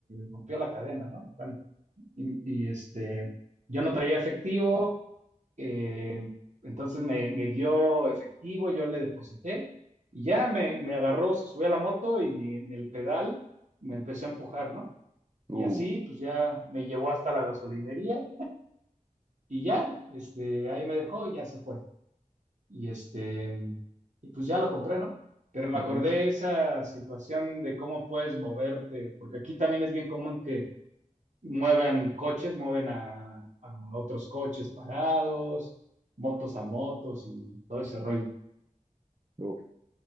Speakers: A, on the right (about 60°); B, on the right (about 30°).
A: rompió la cadena, ¿no? Bueno, y, y este, yo no traía efectivo, eh, entonces me, me dio efectivo, yo le deposité y ya me, me agarró, se subió a la moto y en el pedal me empezó a empujar, ¿no? Y
B: Uh,
A: así, pues ya me llevó hasta la gasolinería y ya, este, ahí me dejó y ya se fue. Y este, y pues ya lo compré, ¿no? Pero me
B: ujú,
A: acordé esa situación de cómo puedes moverte, porque aquí también es bien común que muevan coches, mueven a, a otros coches parados, motos a motos y todo ese rollo.
B: uh.